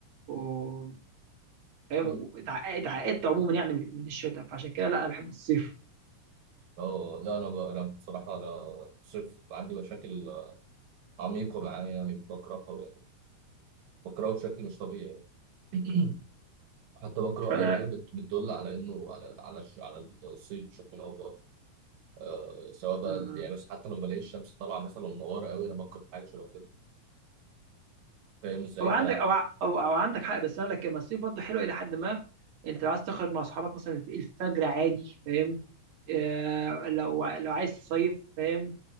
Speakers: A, on the right; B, on the right.
A: و- فاهم
B: مم.
A: اتعقدت عموما يعني من الشتاء فعشان كده لا انا بحب الصيف
B: اه لا انا ب- أنا بصراحه انا صيف عندي مشاكل عميقة معايا يعني بقرأ قوي يعني بقرأه بشكل مش طبيعي يعني. <clears throat> حتى بقرأ
A: فانا
B: أي حاجة بت- بتدل على إنه على على الش- على الصيف بشكل أو بآخر آه سواء بقى
A: م- م.
B: يعني بس حتى لما بلاقي الشمس طالعة مثلا منورة قوي أنا بقرأ حاجة شبه كده فاهم إزاي؟
A: او عندك
B: فأنا
A: او ع- او او عندك حق بس انا لك لما الصيف برضه حلو الى حد ما انت لو عايز تخرج مع اصحابك مثلا الفجر عادي فاهم آه لو لو عايز تصيف فاهم